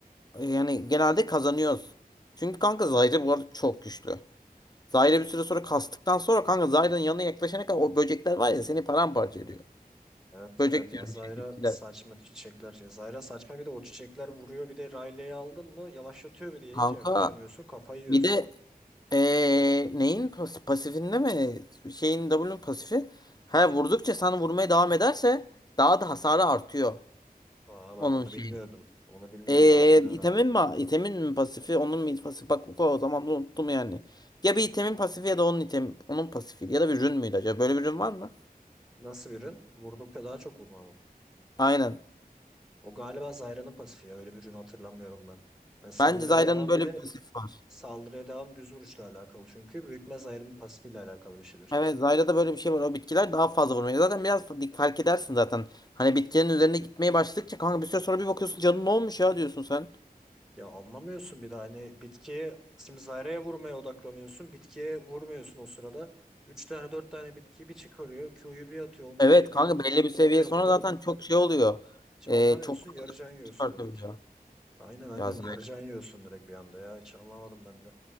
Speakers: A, on the left; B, in the centre.
A: E, yani genelde kazanıyoruz. Çünkü kanka Zyra bu arada çok güçlü. Zyra bir süre sonra kastıktan sonra kanka Zyra'nın yanına yaklaşana kadar o böcekler var ya seni paramparça ediyor.
B: Evet
A: Böcek
B: evet
A: diyorum
B: Yazayra
A: şey bitkiler.
B: saçma çiçekler. Yazayra saçma bir de o çiçekler vuruyor bir de Riley'i aldın mı yavaşlatıyor bir de
A: Kanka
B: hiç yaklaşamıyorsun kafayı yiyorsun.
A: bir de Ee, neyin pas- pasifinde mi? Şeyin W'nun pasifi. Ha vurdukça sana vurmaya devam ederse daha da hasarı artıyor
B: Aa bak
A: onun
B: onu
A: şeyin.
B: bilmiyordum. Onu bilmiyordum
A: Ee,
B: bak yeni öğrendim.
A: itemin mi? itemin mi pasifi? Onun mu pasifi? Bak o o zaman da unuttum yani. Ya bir itemin pasifi ya da onun item onun pasifi ya da bir rün müydü acaba? Böyle bir rün var mı?
B: Nasıl bir rün? Vurdukça daha çok vurma mı?
A: Aynen.
B: O galiba Zayra'nın pasifi ya öyle bir rün hatırlamıyorum ben. Yani saldırıya
A: Bence Zyra'nın
B: devam
A: böyle
B: bile
A: bir pasifi var.
B: saldırıya devam düz vuruşla alakalı çünkü büyükme Zayra'nın pasifiyle alakalı bir şeydir.
A: Evet Zyra'da böyle bir şey var. O bitkiler daha fazla vurmaya. Zaten biraz fa- fark edersin zaten. Hani bitkilerin üzerine gitmeye başladıkça kanka bir süre sonra bir bakıyorsun canın ne olmuş ya diyorsun sen.
B: Ya anlamıyorsun bir de hani bitkiye simzareye vurmaya odaklanıyorsun. Bitkiye vurmuyorsun o sırada. Üç tane dört tane bitkiyi bir çıkarıyor. Q'yu bir atıyor. Onlar
A: Evet
B: bir de Q
A: kanka
B: atınca
A: belli
B: hızlanıyor
A: bir seviye sonra
B: falan.
A: zaten çok şey oluyor.
B: Hiç
A: Ee,
B: anlamıyorsun.
A: çok
B: Yarıcan
A: fazla
B: yiyorsun
A: çıkartabiliyor.
B: direkt. Aynen aynen
A: Ya zaten
B: yarıcan yiyorsun direkt bir anda ya. Hiç anlamadım ben de.